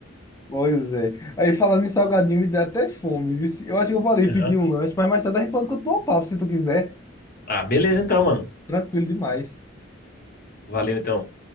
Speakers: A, on the left (about 15°); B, on the left (about 50°).
A: Pois é. Aí falando em salgadinho, me dá até fome, viu? Se- Eu acho que eu falei
B: aham.
A: pedir um lanche, mas mais tarde a gente pode continuar o papo se tu quiser.
B: Ah, beleza então, mano.
A: Tranquilo demais.
B: Valeu então.